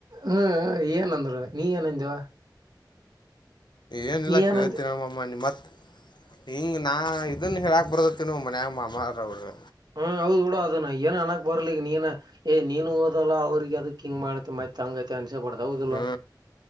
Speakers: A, on the right (about 65°); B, on the left (about 70°).
A: ಹ್ಮ ಏನಂದ್ರ ನೀ ಏನಧೀಯೋ
B: ಏನಿಲ್ಲ
A: ಏನಂದ
B: ಕೇಳ್ತೀನಿ ಹೇಳು ಮಮ ನಿಮ್ಮತ್ತ ಹಿಂಗೆ ನಾ ಇದನ್ನು ಹೇಳಾಕ ಬರದತ್ತ ನೋ ಮನೆೆಯ ಮಾಮ್ಮಾರವರು
A: ಹ್ಮ ಹೌದ್ ಬಿಡ ಅದನ್ನ ಏನ ಅನಕ್ ಬರ್ಲಿ ನೀನ್ ಏ ನೀನ್ನು ಓದಲ್ಲ ಅವ್ರಿಗೆ ಅದಕ್ ಹಿಂಗ್ ಮಾಡತ್ತೆ ಮತ್ತೆ ಹಂಗೈತೆ ಅನಿಸಬಡ್ದ ಹೌದಿಲ್ಲ
B: ಹ್ಞೂ